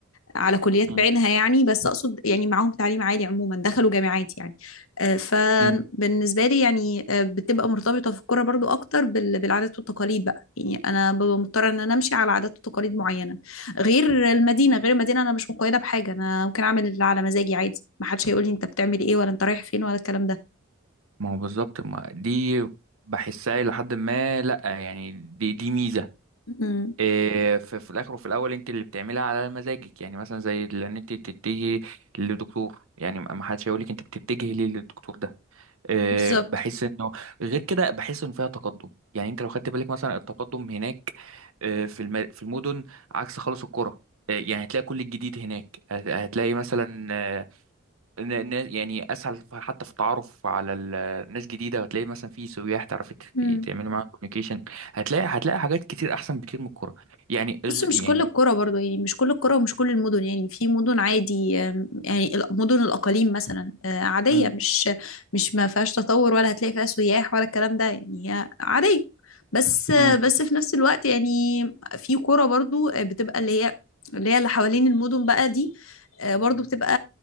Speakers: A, on the left; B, on the right.
A: على كليات
B: م-
A: بعينها يعني بس اقصد يعني معاهم تعليم عالي عموما دخلوا جامعات يعني آه، فبالنسبه
B: م.
A: لي يعني آه، بتبقى مرتبطه في الكوره برضو اكتر بال- بالعادات والتقاليد بقى يعني انا ببقى مضطره ان انا امشي على عادات وتقاليد معينه غير المدينه غير المدينه انا مش مقيده بحاجه انا ممكن اعمل اللي على مزاجي عادي ما حدش هيقول لي انت بتعمل ايه ولا انت رايح فين ولا الكلام ده
B: ما هو بالظبط ما دي بحسها إلى حد ما لأ يعني دي دي ميزة
A: مم،
B: إيه، في في الآخر وفي الأول أنت اللي بتعملها على مزاجك يعني مثلا زي إن أنت تتجهي للدكتور يعني ما حدش هيقولك أنت بتتجهي ليه للدكتور ده آه،
A: بالظبط
B: بحس انه غير كده بحس ان فيها تقدم يعني انت لو خدت بالك مثلا التقدم هناك آه، في الم- في المدن عكس خالص القرى آه، يعني هتلاقي كل الجديد هناك هت- هتلاقي مثلا آه، ن- ن- يعني اسهل ف- حتى في التعرف على ال- ناس جديده وهتلاقي مثلا في سياح تعرفي ت-
A: مم.
B: ت- تعملي معاهم كوميونيكيشن هتلاقي هتلاقي حاجات كتير احسن بكتير من الكوره يعني غ-
A: بص مش
B: يعني
A: كل القرى برضو يعني مش كل القرى ومش كل المدن يعني في مدن عادي آم، يعني ال- مدن الأقاليم مثلا آه، عادية
B: امم
A: مش مش ما فيهاش تطور ولا هتلاقي فيها سياح ولا الكلام ده يعني هي عادية بس آه،
B: امم
A: بس في نفس الوقت يعني في قرى برضو آه، بتبقى اللي هي اللي هي اللي حوالين المدن بقى دي آه، برضو بتبقى